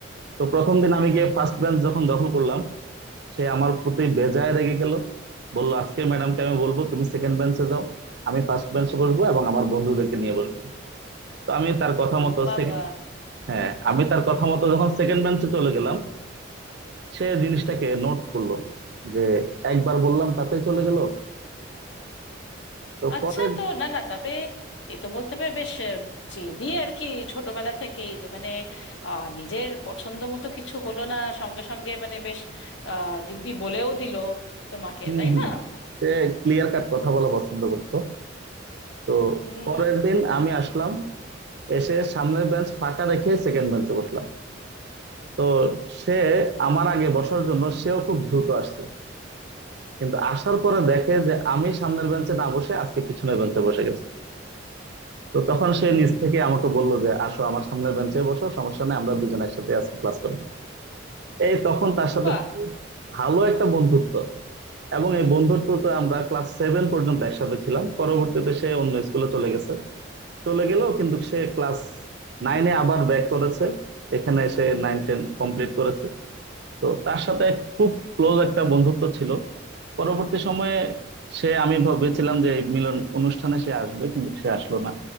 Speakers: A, on the right (about 60°); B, on the left (about 70°).
A: তো প্রথম দিন আমি গিয়ে ফার্স্ট বেঞ্চ যখন দখল করলাম সে আমার প্রতি বেজায় রেগে গেল বললো আজকে ম্যাডামকে আমি বলবো তুমি সেকেন্ড বেঞ্চে যাও আমি ফার্স্ট বেঞ্চে বসবো এবং আমার বন্ধুদেরকে নিয়ে বসবো তো আমি তার কথা
B: ও
A: মতো
B: বাবা
A: সেকেন্ড হ্যাঁ আমি তার কথা মতো যখন সেকেন্ড বেঞ্চে চলে গেলাম সে জিনিসটাকে নোট করলো যে একবার বললাম তাতে চলে গেল তো
B: আচ্ছা
A: পরের
B: তো না না তবে এ তো বলতে হবে বেশ আহ, জেদি আর কি ছোটবেলা থেকেই যে মানে আহ, নিজের পছন্দ মতো কিছু হলো না সঙ্গে সঙ্গে মানে বেশ আহ, দিব্যি বলেও দিল তোমাকে
A: হম
B: তাই
A: হম
B: না
A: সে ক্লিয়ার কাট কথা বলা পছন্দ করতো তো
B: হুম
A: পরের দিন আমি আসলাম এসে সামনের বেঞ্চ ফাঁকা রেখে সেকেন্ড বেঞ্চে বসলাম তো সে আমার আগে বসার জন্য সেও খুব দ্রুত আসছে কিন্তু আসার পরে দেখে যে আমি সামনের বেঞ্চে না বসে আজকে পিছনের বেঞ্চে বসে গেছি তো তখন সে
B: হুম
A: নিজ থেকে আমাকে বললো যে আসো আমার সামনের বেঞ্চে বসো সমস্যা নেই আমরা দুজন একসাথে আজকে ক্লাস করবো এই তখন তার সাথে
B: বাহ
A: খুব ভালো একটা বন্ধুত্ব এবং এই বন্ধুত্বতে আমরা ক্লাস সেভেন পর্যন্ত একসাথে ছিলাম পরবর্তীতে সে অন্য স্কুলে চলে গেছে চলে গেল কিন্তু সে ক্লাস নাইনে আবার ব্যাক করেছে এখানে এসে নাইন টেন কমপ্লিট করেছে তো তার সাথে খুব ক্লোজ একটা বন্ধুত্ব ছিল পরবর্তী সময়ে সে আমি ভেবেছিলাম যে এই মিলন অনুষ্ঠানে সে আসবে কিন্তু সে আসলো না